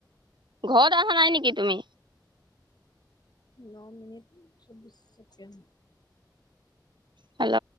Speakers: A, on the right; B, on the left.
A: ঘৰত অহা নাই নেকি তুমি?
B: ন মিনিট চৌব্বিছ ছেকেণ্ড
A: হেল্ল'